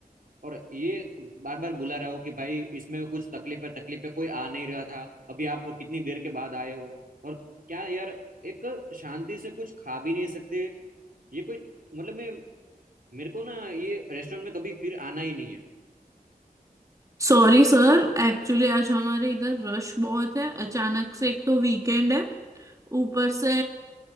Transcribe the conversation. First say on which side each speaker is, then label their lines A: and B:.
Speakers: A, on the right; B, on the right.
A: और ये बार बार बुला रहा हूँ कि भाई इसमें कुछ तकलीफ है तकलीफ है कोई आ नहीं रहा था अभी आप कितनी देर के बाद आए हो और क्या यार एक शांति से कुछ खा भी नहीं सकते ये कोई मतलब मैं मेरे को ना ये रेस्टोरेंट में कभी फिर आना ही नहीं है
B: सॉरी सर एक्चुअली आज हमारे इधर रश बहुत है अचानक से एक तो वीकेंड है ऊपर से